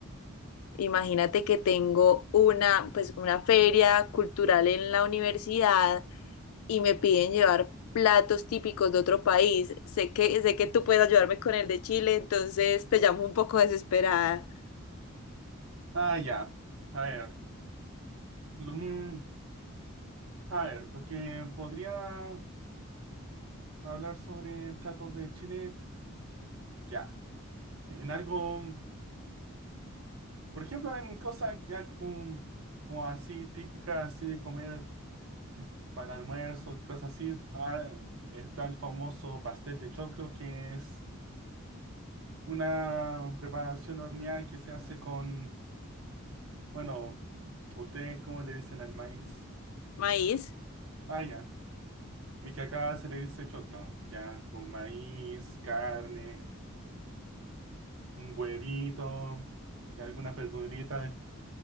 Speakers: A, on the left; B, on the right.
A: Imagínate que tengo una, pues, una feria cultural en la universidad y me piden llevar platos típicos de otro país. Sé que, sé que tú puedes ayudarme con el de Chile, entonces te llamo un poco desesperada.
B: Ah, ya. A ver, lo- mm, a ver, lo que podría hablar sobre platos de Chile, ya. En algo, por ejemplo, en cosas ya como, como así típicas, así de comer para almuerzo, cosas así. Ah, está el famoso pastel de choclo, que es una preparación horneada que se hace con, bueno, ¿ustedes cómo le dicen al maíz?
A: Maíz,
B: Ah, ya. Y que acá se le dice choclo, ya con maíz, carne, un huevito y algunas verduritas